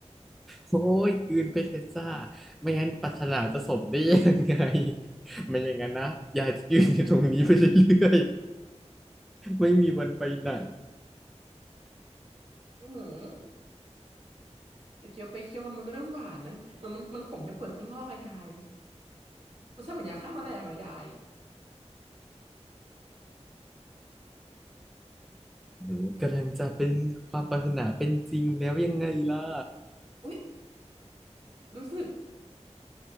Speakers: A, in the centre; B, on the right (about 55°).
A: โอ้ยกลืนไปชรเพชรจ้าไม่งั้นปรารถนาจะสมได้ยังไง <laughs> ไม่อย่างนั้นนะยายจะยืนอยู่ตรงนี้ไปเรื่อยๆ <laughs> ไม่มีวันไปไหน
B: อืมไปเคี้ยวไปเคี้ยวมามันก็เริ่มหวานนะเหมือนมันมันขมแค่เปลือกข้างนอกอะยายรสชาติเหมือนยาฆ่าแมลงเลยยาย
A: หนูกำลังจะเป็นความปรารถนาเป็นจริงแล้วยังไงล่ะ
B: อุ้ยรู้สึก